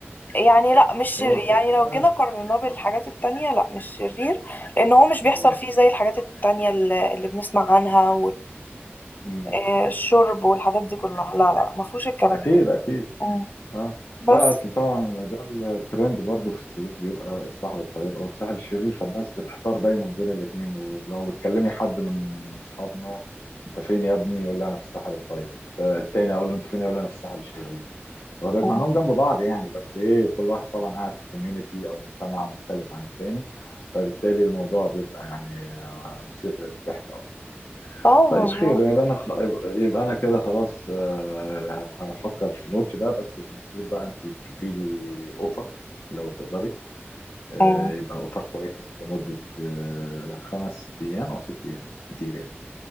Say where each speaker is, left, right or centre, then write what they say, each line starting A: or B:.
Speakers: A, on the left; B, on the left.
A: يعني لا مش شرير
B: هو ك...
A: يعني
B: آه.
A: لو جينا قارناه بالحاجات التانية لا مش شرير لأن هو مش
B: والله
A: بيحصل فيه زي الحاجات التانية اللي, اللي بنسمع عنها
B: مم.
A: والشرب والحاجات دي كلها لا لا مفهوش الكلام
B: اكيد
A: ده
B: اكيد
A: مم.
B: اه
A: بس
B: لا اصل طبعا ده الترند برضه في الصيف بيبقى الساحل الطيب او الساحل الشرير فالناس بتحتار دايما بين الاثنين ولو بتكلمي حد من اصحابنا انت فين يا ابني يقول لي انا في الساحل الطيب الت- التاني اقول له انت فين يقول لي انا في الساحل الشرير واخد بالك
A: مم.
B: مع انهم جنب بعض يعني بس ايه كل واحد طبعا قاعد في كوميونتي او مجتمع مختلف عن التاني فبالتالي الموضوع بيبقى يعني آه، مثير للضحك اصلا
A: اه
B: طيب
A: مظبوط
B: خير يبقى انا خ... يبقى انا كده خلاص آه، هفكر في نوتش ده بس المفروض بقى انت تشوفي لي اوفر لو تقدري آه،
A: مم.
B: يبقى اوفر كويس لمدة آه، خمس ايام او ست ايام كتير يعني